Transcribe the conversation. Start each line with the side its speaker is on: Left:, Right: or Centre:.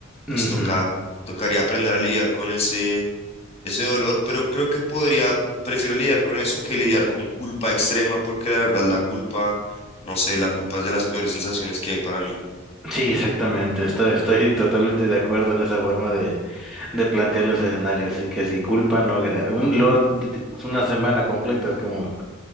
Left: pues
Centre: Ujú.
Left: toca, tocaría aprender a lidiar con ese, ese dolor, pero creo que podría, prefiero lidiar con eso que lidiar con culpa extrema, porque la verdad la culpa, no sé, la culpa es de las peores sensaciones que hay para mí.
Centre: Sí, exactamente. Estoy, estoy totalmente de acuerdo en esa forma de, de plantear los escenarios. Así que si culpa, no. gra- Un, lo- d- d- una semana completa, es como